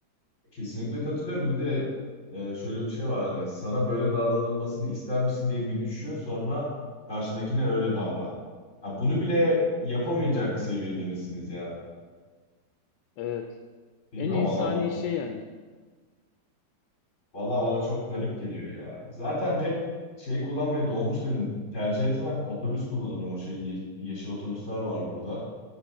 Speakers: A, on the left; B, on the left.
A: kesinlikle katılıyorum. Bir de e, şöyle bir şey var hani sana böyle davranılmasını ister misin diye bir düşün sonra karşındakine öyle davran. Ha, bunu bile yapamayacak seviyede misiniz ya?
B: Evet.
A: Bilmiyorum
B: En insani
A: valla
B: şey yani.
A: Valla bana çok garip geliyor ya. Zaten pek şey kullanmayı dolmuşları tercih etmem. Otobüs kullanırım o şey ye- yeşil otobüsler var burada.